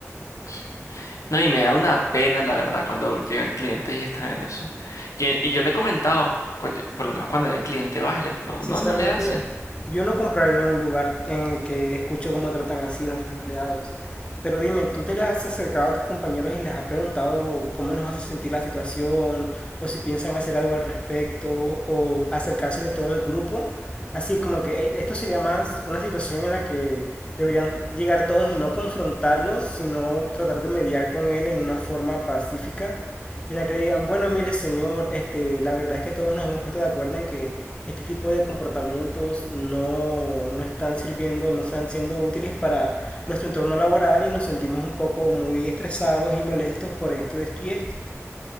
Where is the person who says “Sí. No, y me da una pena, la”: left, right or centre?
Left